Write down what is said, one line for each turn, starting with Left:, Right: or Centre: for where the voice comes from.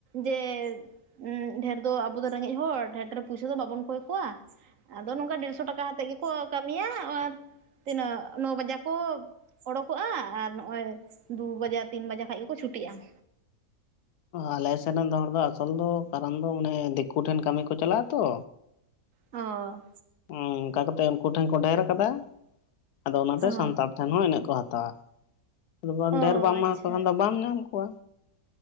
Right: ᱡᱮ ᱦᱩᱸ ᱰᱷᱮᱨ ᱫᱚ ᱟᱵᱚ ᱫᱚ ᱨᱮᱸᱜᱮᱡ ᱦᱚᱲ ᱰᱷᱮᱨ - ᱰᱷᱮᱨ ᱯᱩᱭᱥᱳ ᱫᱚ ᱵᱟᱵᱚᱱ ᱠᱚᱭ ᱠᱚᱣᱟ᱾ ᱟᱫᱚ ᱱᱚᱝᱠᱟ ᱰᱮᱹᱲᱥᱚ ᱴᱟᱠᱟ ᱦᱟᱛᱮᱫ ᱜᱮᱠᱚ ᱠᱟᱹᱢᱤᱭᱟ ᱟᱨ ᱛᱤᱱᱟᱹᱜ ᱱᱚ ᱵᱟᱡᱟᱠ ᱚᱵ ᱚᱰᱳᱠᱚᱜᱼᱟ ᱟᱨ ᱱᱚᱜᱼᱚᱭ ᱫᱩ ᱵᱟᱡᱮᱜ ᱛᱤᱱ ᱵᱟᱡᱮ ᱠᱷᱟᱱ ᱜᱮᱠᱚ ᱪᱷᱩᱴᱤᱜᱼᱟ᱾ <inaudible>
Left: ᱟᱞᱮ ᱥᱮᱱ ᱮᱱ ᱫᱚ ᱦᱚᱲ ᱫᱚ ᱟᱥᱚᱞ ᱫᱚ ᱠᱟᱨᱚᱱ ᱫᱚ ᱩᱱᱤ ᱫᱤᱠᱩ ᱴᱷᱮᱱ ᱠᱟᱹᱢᱤ ᱠᱚ ᱪᱟᱞᱟᱜ ᱟᱛᱚ
Right: ᱚ
Left: ᱚᱱᱠᱟ ᱠᱟᱛᱮ ᱩᱱᱠᱩ ᱴᱷᱮᱱ ᱠᱚ ᱰᱷᱮᱨ ᱠᱟᱫᱟ ᱟᱫᱚ ᱚᱱᱟᱫᱚ
Right: ᱚ
Left: ᱥᱟᱱᱛᱟᱲ ᱴᱷᱮᱱ ᱦᱚᱸ ᱤᱱᱟᱹᱜ ᱦᱟᱛᱟᱣᱟ ᱟᱫᱚ ᱵᱟᱢ
Right: ᱚ
Left: ᱰᱷᱮᱨ ᱵᱟᱢ ᱮᱢᱟᱠᱚ
Right: ᱟᱪᱪᱷᱟ
Left: ᱠᱷᱟᱱ ᱫᱚ ᱵᱟᱢ ᱧᱟᱢ ᱠᱚᱣᱟ